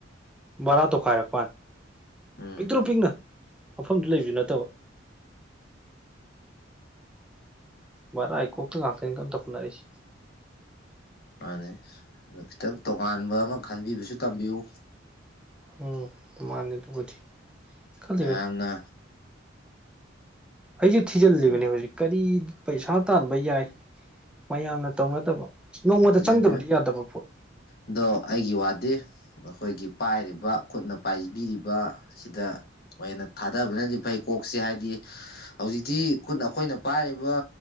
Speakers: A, in the centre; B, on the left.
A: ꯕꯔꯥ ꯇꯧꯈꯥꯏꯔꯛꯄ꯭ꯋꯥꯅꯤ
B: ꯎꯝ
A: ꯄꯤꯛꯇ꯭ꯔꯨ ꯄꯤꯛꯅ ꯃꯐꯝꯖꯨ ꯂꯩꯕꯖꯨ ꯅꯠꯇꯕ ꯕꯥꯔꯥꯏ ꯀꯣꯛꯇ ꯉꯥꯛꯇꯅꯤ ꯀꯟꯅ ꯇꯧꯈꯠꯅꯔꯛꯏꯁꯦ
B: ꯃꯥꯟꯅꯤ ꯈꯤꯇꯪ ꯇꯣꯉꯥꯟꯕ ꯑꯃ ꯈꯟꯕꯤꯕꯁꯨ ꯇꯝꯕꯤꯌꯨ
A: ꯎꯝ ꯃꯥꯅꯤ ꯑꯗꯨꯕꯨꯗꯤ ꯈꯜꯂꯤꯕꯅꯤ
B: ꯃꯌꯥꯝꯅ
A: ꯑꯩꯁꯨ ꯊꯤꯖꯤꯜꯂꯤꯕꯅꯦ
B: ꯀꯩꯅꯣ
A: ꯍꯧꯖꯤꯛ ꯀꯔꯤ ꯄꯩꯁꯥ ꯇꯥꯟꯕ ꯌꯥꯏ ꯃꯌꯥꯝꯅ ꯇꯧꯅꯗꯕ ꯅꯣꯡꯃꯗ
B: ꯊꯤꯖꯤꯟꯕꯤꯌꯨ
A: ꯆꯪꯗꯕꯗꯤ ꯌꯥꯗꯕ ꯄꯣꯠ
B: ꯑꯗꯣ ꯑꯩꯒꯤ ꯋꯥꯗꯤ ꯑꯩꯈꯣꯏꯒꯤ ꯄꯥꯏꯔꯤꯕ ꯈꯨꯠꯅ ꯄꯥꯏꯕꯤꯔꯤꯕꯁꯤꯗ ꯍꯅ ꯊꯥꯗꯕꯅꯗꯤ ꯐꯩ ꯀꯣꯛꯁꯦ ꯍꯥꯏꯗꯤ ꯍꯧꯖꯤꯛꯇꯤ ꯈꯨꯠ ꯑꯩꯈꯣꯏꯅ ꯄꯥꯏꯔꯤꯕ